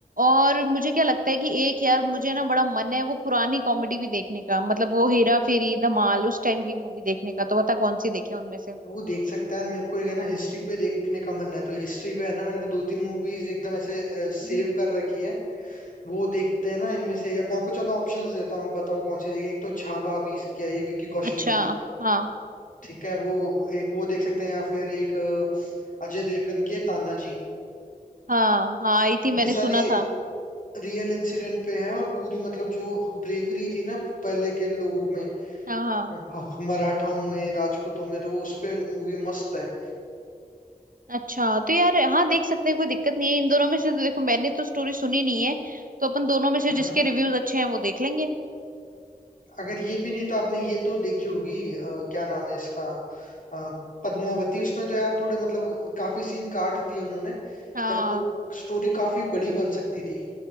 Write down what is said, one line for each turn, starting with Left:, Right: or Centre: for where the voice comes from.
Right: और मुझे क्या लगता है कि एक यार मुझे ना बड़ा मन है वो पुरानी कॉमेडी भी देखने का मतलब वो हेरा फेरी धमाल उस टाइम की मूवी देखने का तो बता कौन सी देखे उनमें से
Left: वो देख सकते हैं मेरे को एक है ना हिस्ट्री पे देखने का मन है तो हिस्ट्री पे है ना मैंने दो तीन मूवीज एकदम ऐसे सेव
Right: हम्म
Left: कर रखी है वो देखते हैं ना इनमें से अब मैं आपको चलो ऑप्शंस देता हूँ आप बताओ कौन सी देखें एक तो छावा अभी इसकी आई है विक्की कौशल
Right: अच्छा
Left: की
Right: हाँ
Left: ठीक है वो एक वो देख सकते हैं या फिर एक अ, अजय देवगन की है, तानाजी
Right: हाँ हाँ आई थी मैंने
Left: ये सारी
Right: सुना था
Left: रियल इंसिडेंट पे है और पूरी मतलब जो ब्रेवरी थी ना पहले के लोगों में
Right: हाँ हाँ
Left: ह- मराठाओं में राजपूतों में तो वो उस पे मूवी मस्त है
Right: अच्छा तो यार हाँ देख सकते हैं कोई दिक्कत नहीं है इन दोनों में से तो देखो मैंने तो स्टोरी सुनी नहीं है तो अपन दोनों में से
Left: हम्म
Right: जिसके रिव्यूज अच्छे हैं वो देख लेंगे
Left: अगर ये भी नहीं तो आपने ये तो देखी होगी अ, क्या नाम है इसका अ, पद्मावती उसमें तो यार थोड़े मतलब काफी सीन काट दिए उन्होंने
Right: हाँ
Left: बट वो स्टोरी काफी बड़ी बन सकती थी